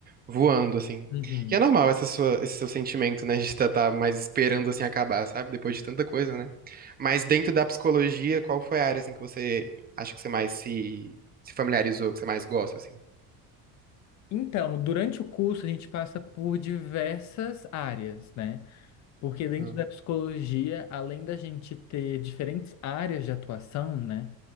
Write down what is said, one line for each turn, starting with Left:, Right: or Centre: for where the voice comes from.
Right: voando, assim.
Left: Uhum.
Right: E é normal essa sua- esse seu sentimento, né, de estar tá mais esperando, assim, acabar, sabe? Depois de tanta coisa, né? Mas dentro da psicologia, qual foi a área, assim, que você acha que você mais se, se familiarizou, que você mais gosta, assim?
Left: Então, durante o curso, a gente passa por diversas áreas, né? Porque dentro
Right: Aham.
Left: da psicologia, além da gente ter diferentes áreas de atuação, né?